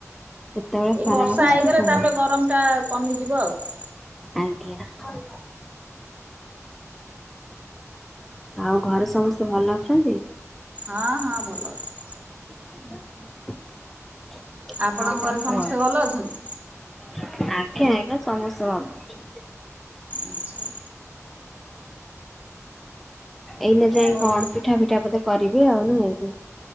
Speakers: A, in the centre; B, on the right (about 25°).
A: କେତେବେଳେ
B: ଏ
A: ଖରା
B: ବର୍ଷା
A: ହବ
B: ହେଇଗଲେ
A: ସେଟା କହିହବ।
B: ତାପରେ ଗରମଟା କମିଯିବ ଆଉ ।
A: ଆଜ୍ଞା । ଆଉ ଘରେ ସମସ୍ତେ ଭଲ ଅଛନ୍ତି।
B: ହଁ ହଁ ଭଲ ଅଛି।
A: <inaudible>
B: ଆପଣଙ୍କ
A: ଆଉ
B: ଘରେ
A: କଣ କୁହ
B: ସମସ୍ତେ
A: <unintelligible>
B: ଭଲ ଅଛନ୍ତି
A: ଆଜ୍ଞା, ଆଜ୍ଞା, ସମସ୍ତେ ଭଲ ଅଛନ୍ତି।
B: ଆଚ୍ଛା
A: ଏଇ ନ ଯାଇ
B: ହଉ।
A: କଣ ପିଠା, ଫିଠା ବୋଧେ କରିଵେ ଆଉ ନୁହକି